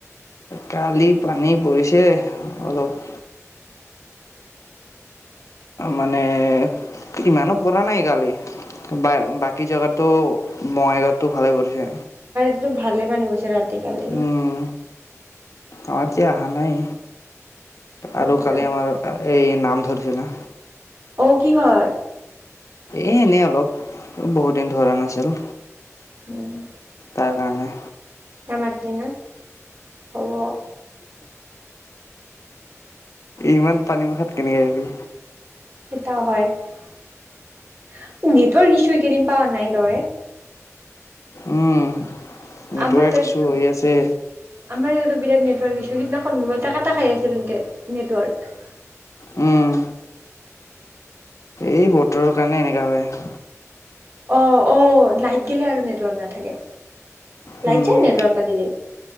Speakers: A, on the left; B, on the right.
A: কালি পানী পৰিছে অলপ মানে ইমানো পৰা নাই কালি বা বাকী জেগাতো বঙাইগাঁৱত টো ভালে পৰিছে
B: ভালেই পানি পৰিছে ৰাতি কালি
A: উম, আমাৰ এতিয়া অহা নাই
B: তাকেতো
A: আৰু কালি আমাৰ এই নাম ধৰিছি না
B: অ কিহৰ
A: এ এনেই অলপ বহুতদিন ধৰা নাছিলো
B: উম
A: তাৰ কাৰণে
B: নামাতলি না হ'ব
A: ইমান পানী মুখাত কেনেকে আহিবি
B: সেইটাও হয় নেটৱৰ্ক ইছু এইকেইদিন পাৱা নাই তই
A: উম, নেটৱৰ্ক
B: আমাৰ তাত
A: ইছ্যু হৈ আছে
B: আমাৰ ইয়াতে বিৰাট নেটৱৰ্ক দিছু সিদিনাখন মোবাইল এাকটা খাই আছিল একে নেটৱৰ্ক
A: উম, এই বতৰৰ কাৰণে এনেকুৱা হয়
B: অ অ লাইট গেলে আৰু নেটৱৰ্ক নাথাকে
A: উম।
B: লাইট যাই নেটৱৰ্ক কাতি দিয়ে